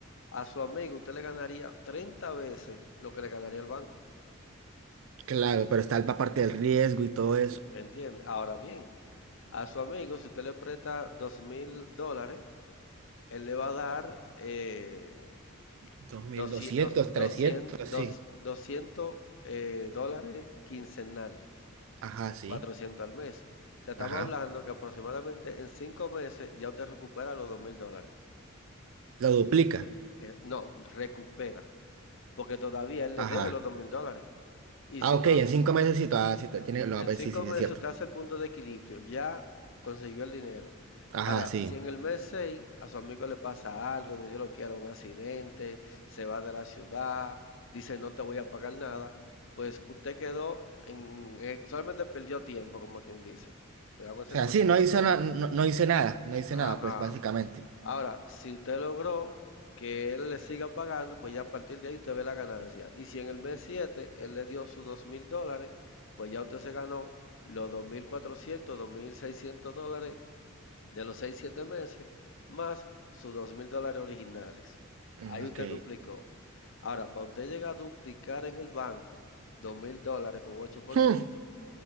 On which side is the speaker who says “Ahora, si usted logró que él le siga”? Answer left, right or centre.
Left